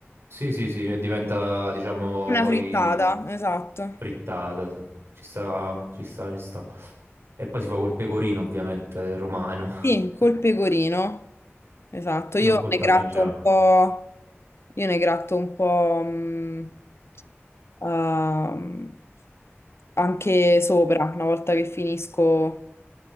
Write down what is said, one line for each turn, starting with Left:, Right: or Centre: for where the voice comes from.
Right: Sì, sì, sì, e diventa, diciamo,
Left: Una
Right: poi
Left: frittata, esatto.
Right: frittata, sì. Ci sta, ci sta, ci sta. E poi si fa col pecorino, ovviamente, romano,
Left: Sì, col
Right: <laughs>
Left: pecorino, esatto. Io
Right: non col
Left: ne gratto
Right: parmigiano.
Left: un po', io ne gratto un po' mh, ehm, anche sopra, una volta che finisco